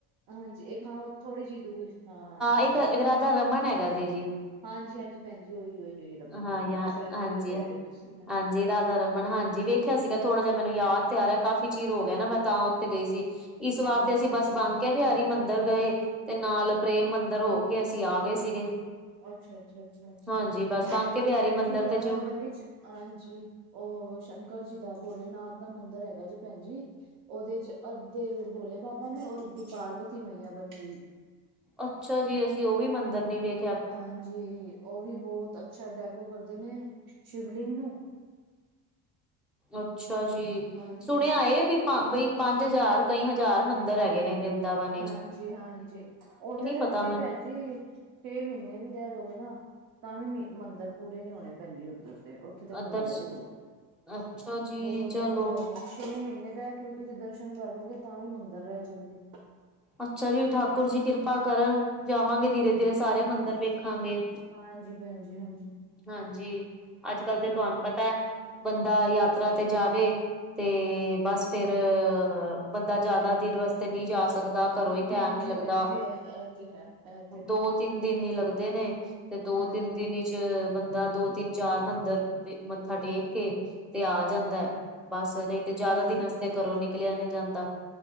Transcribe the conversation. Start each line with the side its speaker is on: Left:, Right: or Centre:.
Right: ਹਾਂਜੀ, ਇੱਕ ਹਾਂ ਥੋੜ੍ਹੀ ਜਿਹੀ ਦੂਰ, ਹਾਂ
Centre: ਇੱਕ ਰਾਧਾ ਰਮਨ ਹੈਗਾ ਜੀ।
Right: ਹਾਂਜੀ ਹਾਂਜੀ ਭੈਣ ਜੀ ਉਹੀ ਉਹੀ ਉਹੀ ਰਮਨ
Centre: ਹਾਂ
Right: ਰਮਨ
Centre: ਯ
Right: ਸ਼ਾਇਦ
Centre: ਹਾਂਜੀ,
Right: ਉਹੀ ਕਹਿ ਰਹੇ ਹੋ ਤੁਸੀਂ। ਹਾਂ
Centre: ਹਾਂਜੀ ਰਾਧਾ ਰਮਨ ਹਾਂਜੀ, ਵੇਖ ਵੇਖਿਆ ਸੀਗਾ ਥੋੜਾ ਜਿਹਾ ਮੈਨੂੰ ਯਾਦ
Right: ਹਾਂ,
Centre: ਤੇ ਆ ਰਿਹਾ, ਕਾਫ਼ੀ ਚਿਰ ਹੋ ਗਿਆ ਨਾ ਮੈਂ ਤਾਂ ਉਥੇ ਗਈ ਸੀ। ਇਸ ਵਾਰ ਤੇ
Right: ਅੱਛਾ
Centre: ਅਸੀਂ ਬਸ
Right: ਅੱਛਾ
Centre: ਬਾਂਕੇ ਬਾਂਕੇ ਬਿਹਾਰੀ ਮੰਦਿਰ ਗਏ, ਤੇ ਨਾਲ ਪ੍ਰੇਮ ਮੰਦਿਰ ਹੋ ਕੇ ਅਸੀਂ ਆ ਗਏ ਸੀਗੇ।
Right: ਅੱਛਾ, ਅੱਛਾ, ਅੱਛਾ, ਅੱਛਾ,
Centre: ਹਾਂਜੀ ਬਸ ਬਾਂਕੇ
Right: ਤੇ
Centre: ਬਿਹਾਰੀ
Right: ਇਕ ਭੈਣ
Centre: ਮੰਦਿਰ
Right: ਜੀ ਵਰਿੰਦਾਵਨ
Centre: ਤੇ ਜ਼ਰੂਰ
Right: ਵਿਚ ਹਾਂਜੀ ਉਹ ਸ਼ੰਕਰ ਜੀ ਦਾ, ਭੋਲੇਨਾਥ ਦਾ ਮੰਦਿਰ ਹੈਗਾ ਜੇ ਭੈਣ ਜੀ ਉਹਦੇ 'ਚ ਅੱਧੇ ਭੋਲੇ ਬਾਬਾ ਨੇ, ਔਰ ਪਾਰਵਤੀ ਮਈਆ ਬਣੀ ਹੋਈ।
Centre: ਅੱਛਾ ਜੀ! ਅਸੀਂ ਉਹ ਵੀ ਮੰਦਿਰ ਨੀ ਵੇਖ
Right: ਹਾਂਜੀ, ਉਹ ਵੀ ਬਹੁਤ ਅੱਛਾ ਡੈਕੋ ਕਰਦੇ ਨੇ, ਸ਼ਿਵਲਿੰਗ ਨੂੰ।
Centre: ਅੱਛਾ ਜੀ!
Right: ਹਾਂਜੀ
Centre: ਸੁਣਿਆ ਵੀ ਬਈ ਪੰਜ ਹਜ਼ਾਰ, ਕਈ ਹਜ਼ਾਰ ਮੰਦਿਰ ਹੈਗੇ ਨੇ ਵਰਿੰਦਾਵਨ
Right: ਹਾਂਜੀ ਹਾਂਜੀ, ਉੱਥੇ ਤਾਂ
Centre: ਪਤਾ
Right: ਤੁਸੀਂ
Centre: ਮੈਨੂੰ
Right: ਭੈਣ ਜੀ ਛੇ ਮਹੀਨੇ ਵੀ ਰਹਿ ਲੋਂਗੇ ਨਾ ਤਾਂ ਵੀ ਮੰਦਿਰ ਪੂਰੇ ਨੀ ਹੋਣੇ ਭੈਣ ਜੀ ਉੱਧਰ ਦੇ, ਉੱਥੇ ਦੇ ਮੰਦਿਰ
Centre: ਅੱਧਰ
Right: ਹੀ ਬਹੁਤ ਨੇ
Centre: ਅੱਛਾ ਜੀ
Right: ਬਹੁਤ
Centre: ਚਲੋ
Right: ਮੰਦਿਰ ਨੇ ਛੇ ਮਹੀਨੇ ਰਹ, ਕਿ ਵੀ ਤੁਸੀਂ ਦਰਸ਼ਨ ਕਰ ਲਓਗੇ ਤਾਂ ਵੀ ਮੰਦਿਰ ਰਹਿ ਜਾਂਣਗੇ,
Centre: ਅੱਛਾ ਜੀ ਠਾਕੁਰ ਜੀ ਕਿਰਪਾ ਕਰਨ ਜਾਵਾਂਗੇ ਧੀਰੇ ਧੀਰੇ, ਧੀਰੇ ਸਾਰੇ ਮੰਦਿਰ ਵੇਖਾਂਗੇ,
Right: ਹਾਂਜੀ ਭੈਣ ਜੀ ਹਾਂਜੀ
Centre: ਹਾਂਜੀ, ਅੱਜ ਕੱਲ ਤੇ ਤੁਹਾਨੂੰ ਪਤਾ ਹੈ ਬੰਦਾ ਯਾਤਰਾ ਤੇ ਜਾਵੇ, ਤੇ ਬਸ ਫੇਰ ਬੰਦਾ ਜ਼ਿਆਦਾ ਦਿਨ ਵਾਸਤੇ ਨਹੀਂ ਜਾ ਸਕਦਾ। ਘਰੋਂ ਹੀ ਟਾਈਮ
Right: ਹਾਂਜੀ
Centre: ਨੀ ਲੱਗਦਾ
Right: ਭੈਣ ਜੀ ਇਹ ਇਹ ਤੇ ਹੈ ਇਹ ਤੇ ਹੈ
Centre: ਦੋ ਤਿੰਨ ਦਿਨ ਹੀ ਲੱਗਦੇ ਨੇ ਤੇ ਦੋ
Right: ਹਾਂਜੀ
Centre: ਤਿੰਨ ਦਿਨ ਹੀ,, ਚ ਬੰਦਾ ਦੋ ਤਿੰਨ ਚਾਰ ਮੰਦਿਰ ਦੇ ਮੱਥਾ ਟੇਕ ਕੇ ਤੇ ਆ ਜਾਂਦਾ ਹੈ, ਬਸ ਨਹੀਂ ਤੇ ਜ਼ਿਆਦਾ
Right: ਹਾਂਜੀ
Centre: ਦਿਨ ਵਾਸਤੇ
Right: ਭੈਣ ਜੀ
Centre: ਘਰੋਂ ਨਿਕਲਿਆ ਨਹੀਂ ਜਾਂਦਾ,